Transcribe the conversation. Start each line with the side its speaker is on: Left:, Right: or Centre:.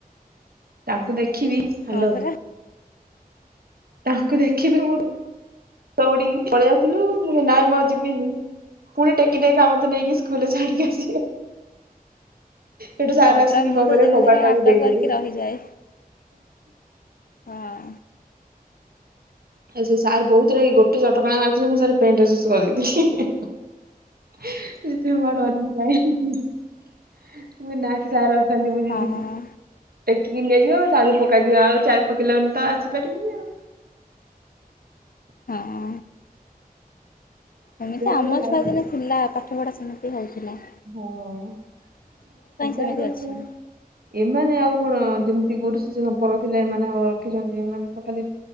Right: ତାଙ୍କୁ ଦେଖିବି ହ୍ୟାଲୋ
Left: ହଁ ପରା।
Right: ତାଙ୍କୁ ଦେଖିବି ମୁଁ ଦଉଡିବି ପଳେଇ ଆସିଲୁ ମୁ ନାଇଁ ମୁ ଆଉ ଯିବିନି ପୁଣି ଟେକି ଟେକ ମତେ ନେଇକି ସ୍କୁଲରେ ଛାଡିକି ଆସିବେ। ହେଠୁ ସାର
Left: ହଁ ପରା
Right: ଆସିକି
Left: ମୁଁ
Right: କଣ
Left: ତ
Right: କରିବେ
Left: ଦିନେ
Right: କବାଟ
Left: ଦିନେ ନାଟକ
Right: ଟାକୁ ଦେଇଦେବ।
Left: କରିକି ରହିଯାଏ ହଁ।
Right: ନାଇଁ ସେ ସାର୍ ବହୁତ ରାଗି ଗୋଟେ ଚଟକଣା ମାରିଥିଲେ ମୁଁ ଥରେ ପେଣ୍ଟରେ ସୁସୁ କରିଦେଇଥିଲି। ସେଥିେ ମୁଁ ଆଉ ଡ଼ରିକି ଯାଇନି। ମୁଁ କହିବି ନାଁ ସେ ସାର ଅଛନ୍ତି ମୁଁ
Left: ହଁ।
Right: ଯିବିନି। ଟେକିକି ନିଆଯିବ ଚାବି ପକାଯିବ ଆଉ ଚାବି ପକେଇଲା ମାନେ ତ ଆସିପାରିବିନି। ଆଉ
Left: ହଁ। ସେମିତି ଆମ
Right: ବେଳେ ଲାଇଫ
Left: ଛୁଆ ଦିନେ ଥିଲା ପାଠ ପଢା ସେମିତି ହେଉଥିଲା।
Right: ହଁ ଏ
Left: ସେମିତି
Right: <inaudible>
Left: ଅଛି।
Right: ଏମାନେ ଆଉ କଣ ଯେମିତି ଗୁରୁ ଶିଷ୍ୟ ସମ୍ପର୍ବ ଥିଲା ଏମାନେ ଆଉ ରଖିଛନ୍ତି ଏମାନେ ତ ଖାଲି